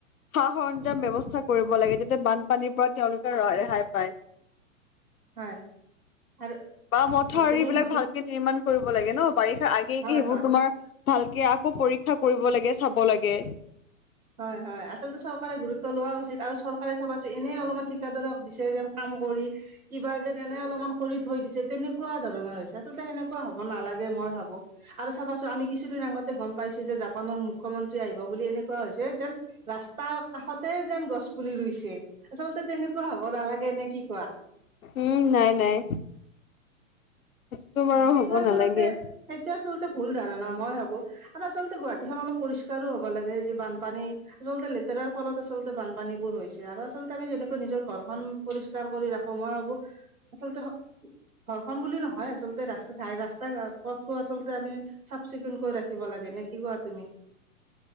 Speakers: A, on the left; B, on the right.
A: সা সাহয্য ব্যৱস্থা কৰিব লাগে যাতে বানপানীৰ পৰা তেওঁলোকে ৰেহাই পায়।
B: হয় আৰু
A: বা মথাউৰি
B: তুমি
A: বিলাক
B: একদম
A: ভালকে নিৰ্মাণ কৰিব লাগে ন বাৰিষাৰ আগেগে
B: হয়
A: সেইবোৰ
B: হয়
A: তোমাৰ ভালকে আকৌ পৰীক্ষা কৰিব লাগে, চাব লাগে।
B: হয়, হয়, আচলতে চৰকাৰে গুৰুত্ব লোৱা উচিত আৰু চৰকাৰে চাবাচোন এনেই অলপমান ঠিকাদাৰক দিছে যেন কাম কৰি। কিবা যেন এনে অলপমান কৰি থৈ দিছে তেনেকুৱা ধৰণৰ হৈছে, আচলতে সেনেকুৱা হ'ব নালাগে মই ভাবো। আৰু চাবাচোন আমি কিছুদিন আগতে গ'ম পাইছো যে জাপানৰ মুখ্যমন্ত্ৰী আহিব বুলি এনেকুৱা হৈছে যেন ৰাস্তাৰ কাষত যেন গছ পুলি ৰুইছে, আচলতে তেনেকুৱা হ'ব নালাগে নে কি কোৱা।
A: উম, নাই, নাই। সেইটো বাৰু
B: সেইটো
A: হ'ব
B: আচলতে,
A: নালাগে
B: সেইটো আচলতে ভুল ধাৰণা। মই ভাবো আৰু আচলতে গুৱাহাটীখন অলপ পৰিষ্কাৰো হ'ব লাগে যে বানপানী আচলতে লেতেৰাৰ ফলত আচলতে, বানপানী বোৰ হৈছে আৰু আচলতে আমি যেনেকৈ নিজৰ ঘৰখন পৰিষ্কাৰ কৰি ৰাখো মই ভাবো। আচলতে, ঘৰখনন বুলি নহয় আচলতে ৰাস্ত ঘাই ৰাস্তা পথো আচলতে আমি চাফ চিকুণ কৰি ৰাখিব লাগে নে কি কোৱা তুমি। <unintelligible>